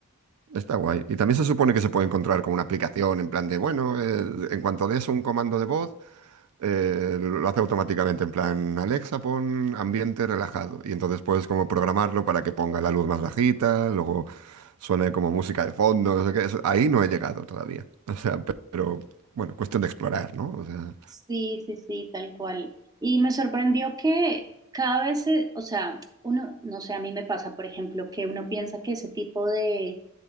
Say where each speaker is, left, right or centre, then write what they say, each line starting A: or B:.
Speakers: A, on the right (about 80°); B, on the right (about 15°).
A: Está guay. Y también se supone que se puede encontrar con una aplicación en plan de, bueno, eh, en cuanto des un comando de voz, eh, lo hace automáticamente en plan, Alexa, pon ambiente relajado. Y entonces puedes como programarlo para que ponga la luz más bajita, luego suene como música de fondo, no sé qué. Eso- ahí no he llegado todavía. <laughs> O sea, pe- pero bueno, cuestión de explorar, ¿no? O sea,
B: Sí, sí, sí, tal cual. Y me sorprendió que cada vez, se- o sea, uno, no sé, a mí me pasa, por ejemplo, que uno piensa que ese tipo de,